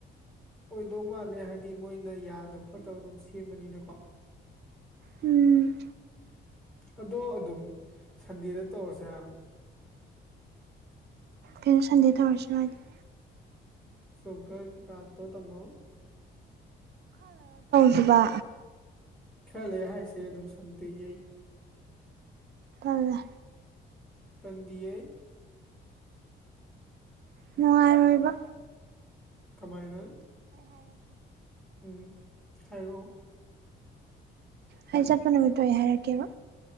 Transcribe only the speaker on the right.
ꯎꯝ
ꯀꯩꯅꯣ ꯁꯟꯗꯗ ꯍꯔꯁꯅ ꯍꯥꯏꯥꯏꯗꯤ
ꯕ
ꯑꯣꯜꯂ
ꯅꯨꯡꯉꯥꯏꯔꯤꯕ
ꯍꯥꯏꯖꯠꯄ ꯅꯨꯃꯤꯠꯇꯣ ꯍꯥꯏꯔꯛꯀꯦꯕ